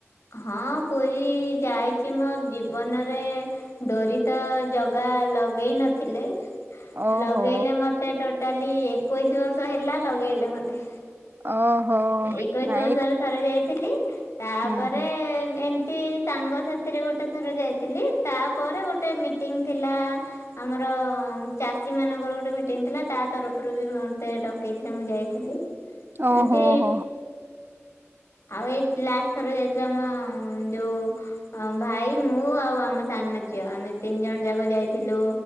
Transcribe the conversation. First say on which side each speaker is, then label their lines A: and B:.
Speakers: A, on the left (about 70°); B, on the right (about 45°).
A: ହଁ ପୁରୀ ଯାଇଛି ମୋର ଜୀବନରେ ଡୋରି ତ ଜଗା ଲଗେଇ ନଥିଲେ
B: ଓହୋ
A: ଲଗେଇଲେ ମତେ ଟୋ ଟାଲି ଏକୋଇଶି ବର୍ଷ ହେଲା ଲଗେଇଲେ ମତେ।
B: ଓହୋ
A: ଏକୋଇଶି
B: ନାଇଟ୍
A: ବର୍ଷର ଥରେ ଯାଇଥିଲି ତାପରେ
B: ହୁଁ ହୁଁ
A: ଏମ ତି ସାଙ୍ଗ ସାଥିରେ ଗୋଟେ ଥର ଯାଇଥିଲି ତାପରେ ଗୋଟେ ମିଟିଙ୍ଗ ଥିଲା ଆମର ଚାଷୀ ମାନଙ୍କର ଗୋଟେ ମିଟିଂ ଥିଲା ତା ତରଫରୁ ବି ମ ମତେ ଡକେଇଥିଲେ ମୁଁ ଯାଇଥିଲି। ଏମିତି
B: ଓହୋ ହୋ
A: ଆଉ ଏଇ ଲାଷ୍ଟ ଥରେ ଯାଇଥିଲା ନ ଯୋଉ ହଁ ଭାଇ ମୁଁ ଆଉ ଆମ ସାନ ଝିଅ ଆମେ ତିନି ଜଣ ଯାକ ଯାଇଥିଲୁ